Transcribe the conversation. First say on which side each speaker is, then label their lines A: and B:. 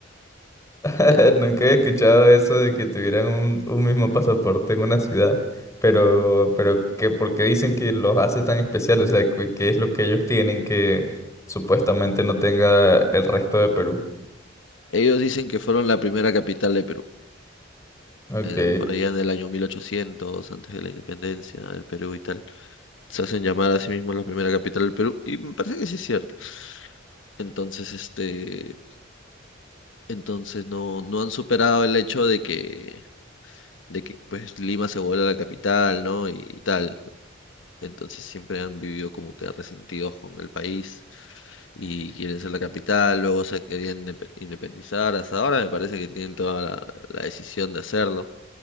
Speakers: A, on the left; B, on the left.
A: <laughs>
B: E,
A: Nunca había escuchado eso de que tuvieran un, un mismo pasaporte en una ciudad, pero, pero que por qué dicen que los hace tan especiales, o sea, ¿qué qué es lo que ellos tienen que supuestamente no tenga el resto de Perú?
B: Ellos dicen que fueron la primera capital de Perú,
A: Ok.
B: eh, por allá en el año 1800 antes de la independencia del Perú y tal. Se hacen llamar a sí mismos la primera capital del Perú y me parece que sí es cierto. Entonces, este, entonces no, no han superado el hecho de que, de que pues Lima se vuelve la capital, ¿no? Y, y tal. entonces siempre han vivido como que resentidos con el país y quieren ser la capital, luego se querían indepe- independizar, hasta ahora me parece que tienen toda la, la decisión de hacerlo,